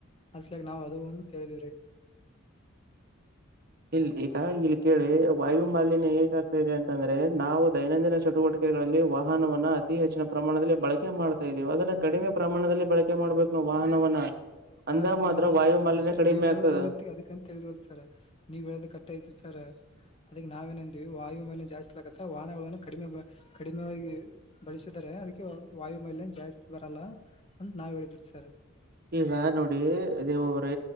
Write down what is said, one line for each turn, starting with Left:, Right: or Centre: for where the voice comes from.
Left: ಅಸ್ಲಕ್ ನಾವ್ ಅದು ಒಂದು ತಿಳಿದಿವವ್ರಿ
Right: ಇಲ್ ಈಗ ಇಲ್ಲಿ ಕೇಳಿ ವಾಯು ಮಾಲಿನ್ಯ ಹೇಗಾಗ್ತಾ ಇದೆ ಅಂತಂದ್ರೆ ನಾವು ದೈನಂದಿನ ಚಟುವಟಿಕೆಗಳಲ್ಲಿ ವಾಹನವನ್ನ ಅತಿ ಹೆಚ್ಚಿನ ಪ್ರಮಾಣದಲ್ಲಿ ಬಳಕೆ ಮಾಡ್ತಾ ಇದ್ದೀವಿ ಅದನ್ನ ಕಡಿಮೆ ಪ್ರಮಾಣದಲ್ಲಿ ಬಳಕೆ ಮಾಡ್ಬೇಕನ್ನೋ ವಾಹನವನ್ನ
Left: ಹಾ
Right: ಅಂದ
Left: ಅದೇ
Right: ಮಾತ್ರ
Left: ನಾವ್
Right: ವಾಯು ಮಾಲಿನ್ಯ
Left: ಅ
Right: ಕಡಿಮೆ
Left: ನೀವ್ ಹೇಳ್ರು
Right: ಆಗ್ತದೆ.
Left: ಇರ್ತಿ ಅದಿ ಅಂತ ತಿ <unintelligible> ಹೇಳಿದ್ವಲ್ಸರ. ನೀವ್ ಹೇಳದು ಕಟ್ಟಯತಿರಿ ಸರ್ ಅದಕ್ಕೆ ನಾವೇನಂದಿವವಿ ವಾಯು ಮಲ್ಯ ಜಾಸ್ತಿಲಕತ್ತ ವಾಹನಗಳನ್ನು ಕಡಿಮೆ ಕಡಿಮೆಾಗಿ ಬಳಸಿದರೆ ಅದಕ್ಕೆ ವಾಯುಮಲ್ಯ ಜಾಸ್ತಿ ಬರಲ್ಲ ಅಂತ ನಾವ್ ಹೇಳಿದವಿ ಸರ್
Right: ಈಗ ನೋಡಿ ದೇವ ಅವ್ರೆ